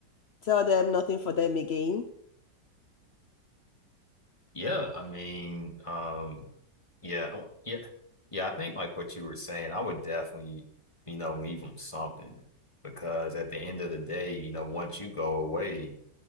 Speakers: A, on the left; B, on the left.
A: Tell them nothing for them again.
B: Yeah, I mean, um, yeah, I- yeah, yeah. I think like what you were saying, I would definitely, you know, leave them something because at the end of the day, you know, once you go away,